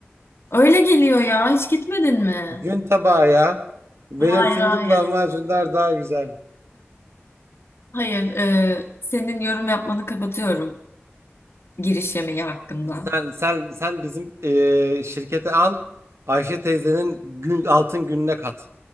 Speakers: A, on the left; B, on the right.
A: Öyle geliyor ya. Hiç gitmedin mi?
B: Gün tabağı ya. Benim
A: Hayır,
B: fındık
A: hayır.
B: lahmacunlar daha güzel.
A: Hayır. e, senin yorum yapmanı kapatıyorum giriş yemeği hakkında.
B: Sen sen sen bizim eee, şirketi al. Ayşe teyzenin gün altın gününe kat.